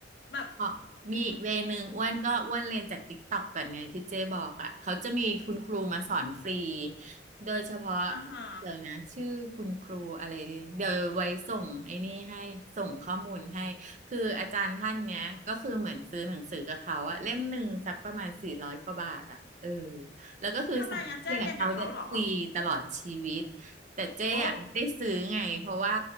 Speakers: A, on the left; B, on the right.
A: แบบ
B: อ๋อมีอีกเวนึงอ้วนก็อ้วนเรียนจากติ๊กต็อกก่อนไงที่เจ๊บอกอ่ะเขาจะมีคุณครูมาสอนฟรี
A: อม
B: โดยเฉพาะ
A: อ่าฮะ
B: เดี๋ยวนะชื่อคุณครูอะไรเดี๋ยวไว้ส่งไอ้นี่ให้ส่งข้อมูลให้คืออาจารย์ท่านเนี้ยก็คือเหมือนซื้อหนังสือกับเขาอะเล่มหนึ่งสักประมาณสี่ร้อยกว่าบาทอะเออแล้วก็คือสามารถเรียนกับเขาได้ฟรีตลอดชีวิต
A: ทำไมอะเจ๊เรียนกับเขาเหรอ
B: แต่เจ๊อะไม่ได้ซื้อไงเพราะว่า
A: โอ้